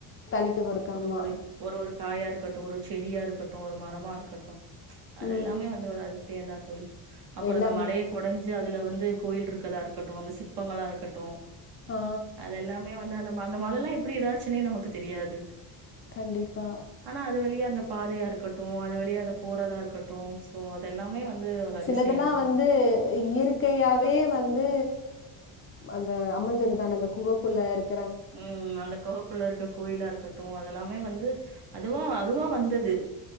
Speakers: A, on the left; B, on the right.
A: தனித்துவம் இருக்கு.
B: ஒரு
A: ஆமா.
B: ஒரு ஒரு ஒரு காயா இருக்கட்டு ஒரு செடியா இருக்கட்டு ஒரு மரமா இருக்கட்டு அது
A: ம்.
B: எல்லாமே வந்து வராது வேணாந் தோழி அப்ற
A: எல்லாமே.
B: இந்த மலய கொடஞ்சி அதுல வந்து கோயில் இருக்கதா இருக்கட்டு அந்த சிற்பங்களா இருக்கட்டு
A: ஆ.
B: அதெல்லாமே வந்து அந்த அந்த மல எல்லா எப்டி இதாச்சுன்னே நமக்கு தெரியாது
A: கண்டிப்பா
B: ஆனா அது அந்த பாதையா இருக்கட்டு அது வழியா அது போறதா இருக்கட்டு சோ அதெல்லாமே வந்து ஒரு அதிசயம்
A: சிலதெல்லாம்
B: தான.
A: வந்து இயற்கையாவே வந்து அ அந்த அமஞ்சதுதான அந்த குகக்குள்ள இருக்கு
B: உம் அந்த கொகுக்குள்ள இருக்க கோயிலா இருக்கட்டு அதெல்லாமே வந்து அதுவா அதுவா வந்தது